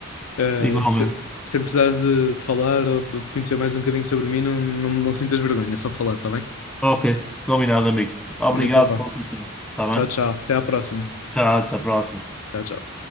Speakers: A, on the left; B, in the centre.
A: Ah,
B: igualmente.
A: se, se precisares de, de falar ou de de conhecer mais um bocadinho sobre mim, não, não, não sintas vergonha, é só falar, está bem?
B: Ok, combinado, amigo. Obrigado
A: Então, vá,
B: pelo teu tempo. Está bem?
A: tchau, tchau, até à próxima.
B: Tchau, até a próxima.
A: Tchau, tchau.